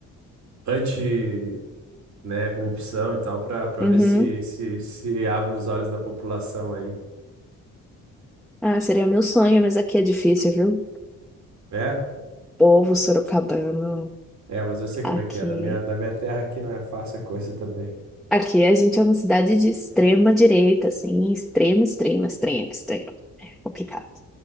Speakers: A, on the right (about 70°); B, in the centre.
A: anti, né, corrupção e tal, para para
B: Uhum.
A: ver se, se, se abre os olhos da população aí.
B: Ah, seria meu sonho, mas aqui é difícil, viu?
A: É?
B: Povo sorocabano,
A: É, mas eu sei como
B: aqui.
A: é que é. Da minha, da minha terra aqui não é fácil a coisa também.
B: Aqui a gente é uma cidade de extrema direita, assim, extrema, extrema, extrema, extrema. É complicado.